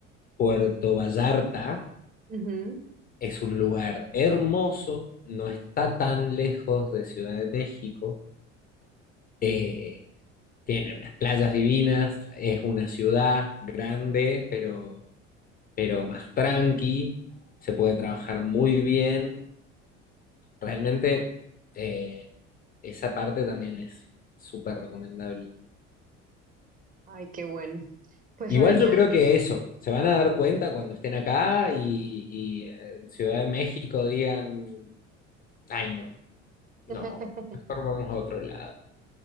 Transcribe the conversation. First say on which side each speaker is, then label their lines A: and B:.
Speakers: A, on the left; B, on the right.
A: Puerto Vallarta.
B: ujú.
A: Es un lugar hermoso, no está tan lejos de Ciudad de México. eh, tiene unas playas divinas, es una ciudad grande, pero, pero más tranqui, se puede trabajar muy bien. Realmente eh, esa parte también es súper recomendable.
B: Ay, qué bueno. Pues
A: Igual
B: Adrián,
A: yo creo que eso, se van a dar cuenta cuando estén acá y, y eh, en Ciudad de México digan, ay no, no,
B: <laughs>
A: mejor vamos a otro lado.